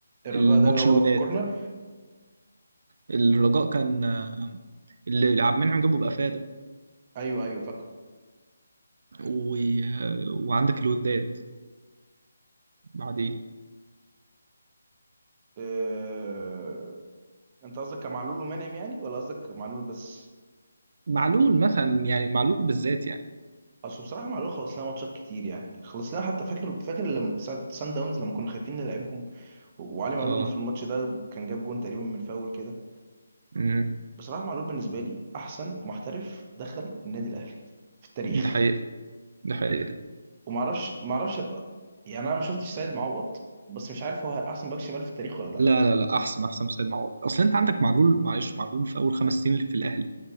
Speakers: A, on the right (about 25°); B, on the right (about 50°).
A: الرجاء
B: الماتش
A: ده اللي هو
B: الوداد
A: في كورنر
B: الرجاء كان آه، اللي عبد المنعم جابه بأفادة
A: ايوه ايوه فاكره
B: و... آه، وعندك الوداد بعديه
A: أه... انت قصدك كمعلول ومنعم يعني ولا قصدك معلول بس
B: معلول مثلا يعني معلول بالذات يعني
A: اصل بصراحه معلول خلص لنا ماتشات كتير يعني خلص لنا حتى فاكر فاكر لما ساعه سان داونز لما كنا خايفين نلعبهم و- وعلي معلول
B: اه
A: في الماتش ده كان جاب جون تقريبا من فاول كده
B: امم
A: بصراحه معلول بالنسبه لي احسن محترف دخل النادي الاهلي في التاريخ
B: دي حقيقة دي حقيقة
A: ومعرفش معرفش يعني انا ما شفتش سيد معوض بس مش عارف هو احسن باك شمال في التاريخ ولا لا
B: لا لا لا احسن احسن سيد معوض اصل انت عندك معلول معلش معلول في اول خمس سنين في الاهلي